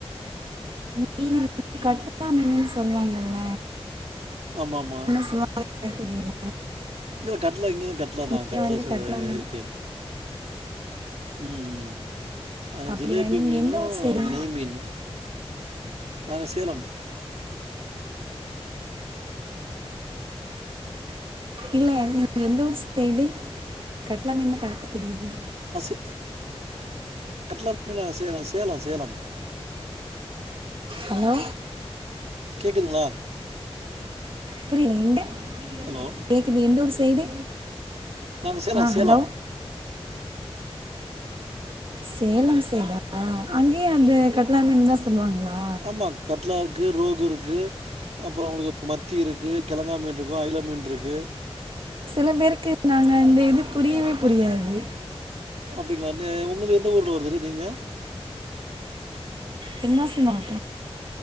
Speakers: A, on the right; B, on the right.
A: மீன் கட்லா மீனுன் சொல்லுவாங்கல்ல
B: ஆமாம்மா
A: சும்மாவே பேரு தெரியல
B: இன்னு கட்லா இங்கயு கட்லா தா
A: இங்கே
B: கட்லா
A: வந்து
B: சோ
A: மீன்
B: இருக்கு ம் ம் நாங்க
A: அப்படியா
B: ஜிலேபி
A: நீங்கள்
B: மீனு
A: எந்த ஊர் சைடு
B: நெய் மீன் நாங்க சேலம்
A: இல்ல நீங்க எந்த ஊரு ஸ்டேயிலு கட்லா மீன்னுன்னா கரெக்டா தெரியுதே
B: ஆ சே கட்லா மீன் நாங்க சேலோ சேலோ சேலம்
A: ஹலோ
B: கேக்குதுங்களா
A: புரியில எண்ட
B: ஹலோ
A: கேக்குது எந்த ஊரு சைடு
B: நாங்க சேலோ
A: ஆ
B: சேலோ
A: ஹலோ சேலம் சேலம்மா அங்கே அந்த கட்லா மீன் தா சொல்லுவாங்களா
B: ஆமாம் கட்லா இருக்கு ரோக் இருக்கு அப்புறோ ஒங்களுக்கு மத்தி இருக்கு கெழங்கா மீன் இருக்கு அயில மீன் இருக்கு
A: சில பேருக்கு நாங்க அந்த இது புரியவே புரியாது
B: அப்டிங்களா இந்தே உங்ளுது எந்த ஊர்ல வருது நீங்க
A: தென்காசி மாவட்டோ